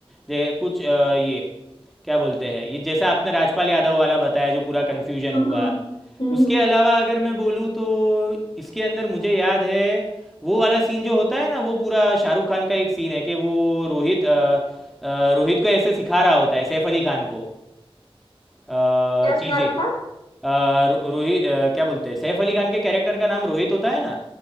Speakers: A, in the centre; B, on the left.
A: जे कुछ आ, ये क्या बोलते हैं ये जैसा आपने राजपाल यादव वाला बताया जो पूरा कन्फ्यूजन
B: हम्म
A: हुआ
B: हम्म हम्म
A: उसके
B: हम्म
A: अलावा
B: हम्म।
A: अगर मैं बोलूँ तो इसके अंदर मुझे याद है वो वाला सीन जो होता है ना वो पूरा शाहरुख खान का एक सीन है कि वो रोहित अ, अ, रोहित को ऐसे सिखा रहा होता है सैफ अली खान को अ,
B: क्या सिखा
A: चीजें
B: रहा होता
A: अ, रो- रोहित अ, क्या बोलते हैं सैफ अली खान के कैरेक्टर का नाम रोहित होता है ना